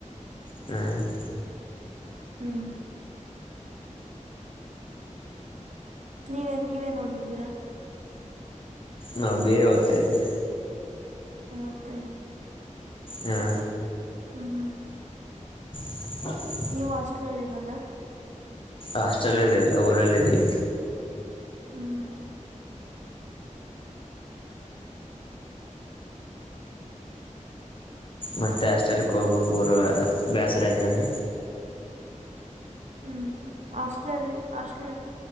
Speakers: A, on the left; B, on the right.
A: ಹ್ಮು.
B: ಹ್ಮ್. ನೀವೇನ್ ನೀವೇನ್ ಓದಿದಿರಾ.
A: ನಾವ್ ಬಿ ಎ ಒತ್ತಾಇದಿವಿ.
B: ಮುತ್ತೖ.
A: ಯಾ.
B: ಹ್ಮ್.
A: <inaudible>
B: ನೀವು ಹಾಸ್ಟೆಲ್ಲಿ ಇರದಾ.
A: ಹಸ್ಟಲ್ಲಲ್ಲಿ ಇಲ್ಲಾ ಊರಲ್ಲಿದಿವಿ.
B: ಹ್ಮ್.
A: ಮತ್ತೆ ಆಸ್ಟೆಲ್ಕ್ ಹೋಗ್ಬೇಕ್ ಊರ ಬ್ಯಸರ ಆಯ್ತ ಅಂದ್ರ.
B: ಹ್ಮ್ ಹ್ಮ್ ಹಾಸ್ಟಲಲ್ಲಿ ಹಸ್ಟ್ಳ